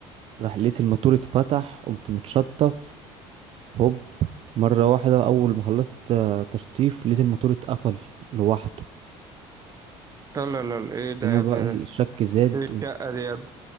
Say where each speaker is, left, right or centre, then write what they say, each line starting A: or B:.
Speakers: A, on the right; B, on the right.
A: راح لقيت الماتور اتفتح قمت متشطف هوب مرة واحدة أول ما خلصت آه، تشطيف لقيت الماتور اتقفل لوحده
B: لا لا لا ايه ده
A: هنا
B: يا
A: بقى
B: ابني ده
A: الشك زاد
B: ايه
A: قمت
B: الشقة دي يا ابني